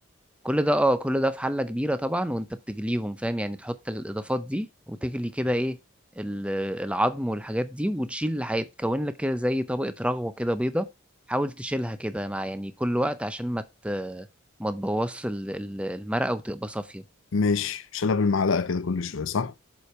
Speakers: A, in the centre; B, on the left.
A: كل ده اه كل ده في حلة كبيرة طبعا وانت بتغليهم فاهم يعني تحط الإضافات دي وتغلي كده ايه ال- العظم والحاجات دي وتشيل اللي هيتكون لك كده زي طبقة رغوة كده بيضة حاول تشيلها كده مع يعني كل وقت عشان ما ت- ما تبوظش ال- ال- المرقة وتبقى صافية
B: ماشي مش انا بالمعلقة كده كل شوية صح